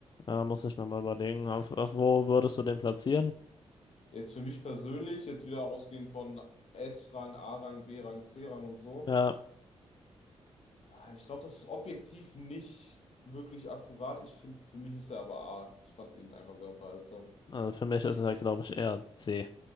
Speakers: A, on the left (about 40°); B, on the left (about 60°).
A: äh, muss ich nochmal überlegen, auf, auf wo würdest du den platzieren?
B: Jetzt für mich persönlich, jetzt wieder ausgehend von S-Rang, A-Rang, B-Rang, C-Rang und so.
A: Ja,
B: Ah, Ich glaube, das ist objektiv nicht wirklich akkurat. Ich finde, für mich ist er aber A. Ich fand ihn einfach sehr unterhaltsam.
A: also für mich ist er, glaube ich, eher C.